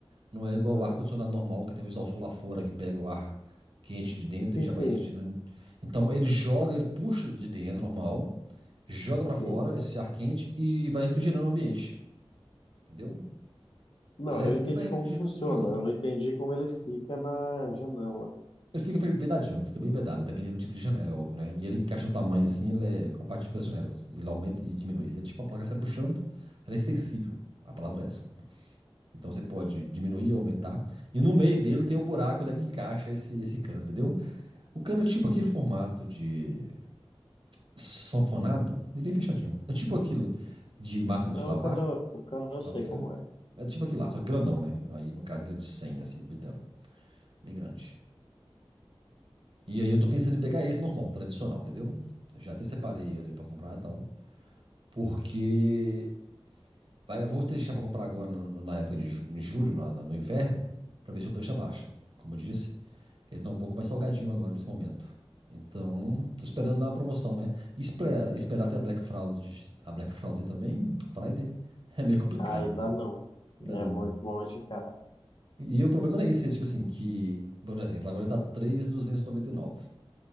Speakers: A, on the right; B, on the left.
A: Não é igual
B: Ah.
A: o ar-condicionado normal, que tem um exaustor lá fora que pega o ar quente de dentro
B: Sim,
A: e já
B: sim,
A: vai refrigerando. Então ele joga, ele puxa de dentro normal, joga
B: sim.
A: pra fora esse ar quente e vai refrigerando o ambiente, entendeu?
B: Não,
A: Ele
B: eu entendi
A: vai refrigerando
B: como funciona,
A: e jogando.
B: eu não entendi como ele fica na janela.
A: Ele fica vedadinho, fica bem vedado, dependendo do tipo de janela, é óbvio, né? E ele encaixa o tamanho assim, ele é compatível com as janelas. Ele aumenta e diminui. É tipo a placa se abuchando, ela é extensível. A palavra é essa. Então você pode diminuir ou aumentar. E no meio dele tem o buraco onde é que encaixa esse, esse cano, entendeu? O cano é tipo aquele formato de sanfonado, ele é bem fechadinho. É tipo aquilo de máquina
B: Não,
A: de lavar,
B: o cano, o cano eu
A: não
B: sei
A: que
B: como
A: é, né?
B: é.
A: É tipo aquilo lá, só que grandão, né? Aí no caso ele é de 100 assim, bitelo. Bem grande. E aí eu tô pensando em pegar esse normal, tradicional, entendeu? Eu já até separei ele pra comprar e tal. Porque vai, eu vou deixar pra comprar agora no- no- na época de ju- em julho, na- na- no inverno, pra ver se o preço abaixa. Como eu disse, ele tá um pouco mais salgadinho agora nesse momento. Então, tô esperando dar uma promoção, né? Esple- esperar até a Black Friday, a Black Friday também, Friday, <laughs> é meio complicado,
B: Aí
A: né?
B: dá não.
A: Ainda
B: É
A: não.
B: muito longe, cara.
A: E o problema não é isso, é tipo assim, que, por exemplo, agora ele tá três mil duzentos e noventa e nove